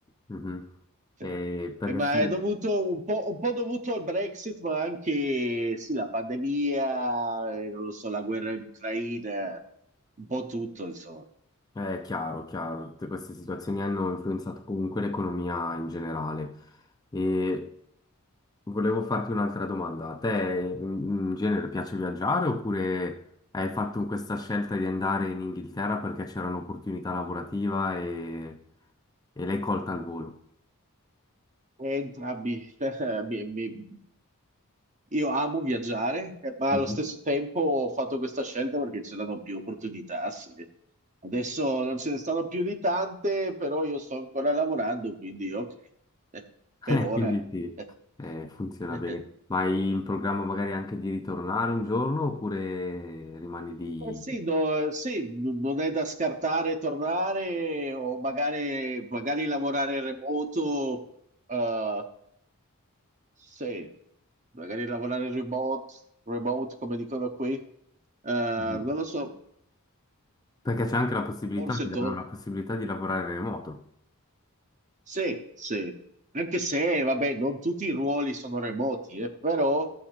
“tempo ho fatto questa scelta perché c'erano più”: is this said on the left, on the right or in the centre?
Right